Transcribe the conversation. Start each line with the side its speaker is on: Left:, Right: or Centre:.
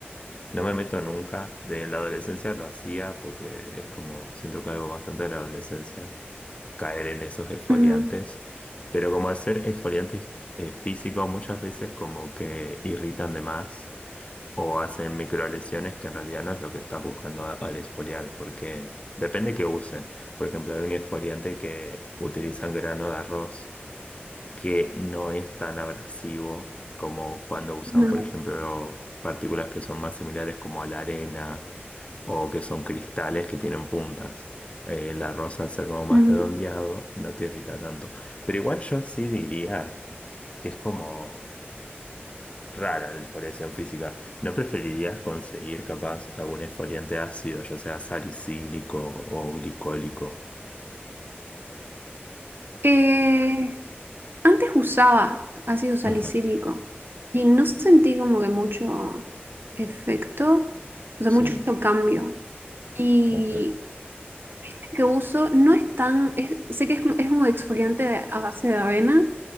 Left: no me meto nunca. De en la adolescencia lo hacía porque es como, siento que algo bastante de la adolescencia. caer en esos exfoliantes,
Right: Ujú,
Left: pero como hacer exfoliantes eh, físicos muchas veces como que irritan de más o hacen microlesiones que en realidad no es lo que estás buscando a- al exfoliar, porque depende que usen. Por ejemplo, hay un exfoliante que utilizan grano de arroz que no es tan abrasivo como cuando usan,
Right: ujú,
Left: por ejemplo, partículas que son más similares como a la arena o que son cristales que tienen puntas. Eh, la rosa al ser como más
Right: ujú.
Left: redondeado no te irrita tanto. Pero igual yo sí diría que es como rara la exfoliación física. ¿No preferirías conseguir capaz algún exfoliante ácido, ya sea salicílico o glicólico?
Right: Eh, Antes usaba ácido salicílico
Left: Ajá,
Right: y no sentí como que mucho efecto, o sea, mucho
Left: Sí,
Right: cambio. Y
Left: ok.
Right: el que uso no es tan, es- sé que es, un- es un exfoliante de- a base de avena